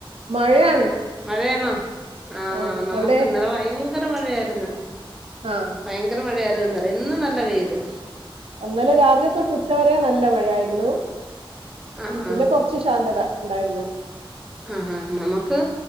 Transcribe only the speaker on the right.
മഴയാണ്
ആ
അവിടെ
ആ
ന്നലെ രാവിലെ തൊട്ട് ഉച്ചവരെ നല്ല മഴായിരുന്നു
പിന്നെ കൊർച്ച് ശാന്തത ണ്ടായിര്ന്നു